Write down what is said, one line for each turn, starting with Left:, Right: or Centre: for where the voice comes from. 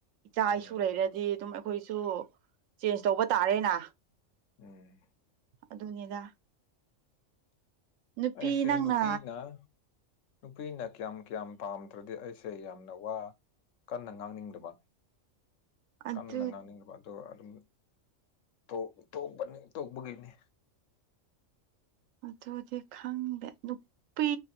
Right: ꯏꯆꯥ
Left: ꯎꯝ
Right: ꯏꯁꯨ ꯂꯩꯔꯗꯤ ꯑꯗꯨꯝ ꯑꯩꯈꯣꯏꯁꯨ ꯆꯦꯟꯖ ꯇꯧꯕ ꯇꯥꯔꯦꯅ
Left: ꯎꯝ
Right: ꯑꯗꯨꯅꯦꯗ ꯅꯨꯄꯤ
Left: ꯑꯩꯁꯦ
Right: ꯅꯪꯅ
Left: ꯅꯨꯄꯤꯅ ꯅꯨꯄꯤꯅ ꯀꯌꯥꯝ ꯀꯌꯥꯝ ꯄꯥꯝꯗ꯭ꯔꯗꯤ ꯑꯩꯁꯦ ꯌꯥꯝꯅ ꯋꯥ ꯀꯟꯅ ꯉꯥꯡꯅꯤꯡꯗꯕ
Right: ꯑꯗꯨ
Left: ꯀꯟꯅ ꯉꯥꯡꯅꯤꯡꯉꯗꯕ ꯑꯗꯣ ꯑꯗꯨꯝꯅꯤ ꯊꯣꯛ ꯊꯣꯛꯄꯅꯤ ꯇꯣꯛꯄꯒꯤꯅꯤ
Right: ꯑꯗꯨꯗꯤ ꯈꯪꯗꯦ ꯅꯨꯄꯤ